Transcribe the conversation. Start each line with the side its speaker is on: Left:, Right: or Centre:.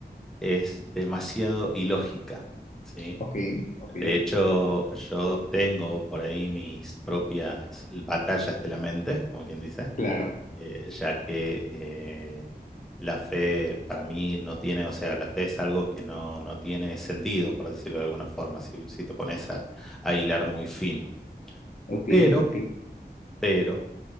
Centre: es demasiado ilógica, ¿sí?
Left: ok, ok,
Centre: De hecho, yo tengo por ahí mis propias batallas de la mente, como quien dice,
Left: claro,
Centre: eh, ya que eh, la fe para mí no tiene, o sea, la fe es algo que no, no tiene sentido, por decirlo de alguna forma, si, si te pones a, a hilar muy fino.
Left: ok,
Centre: Pero,
Left: ok,
Centre: pero,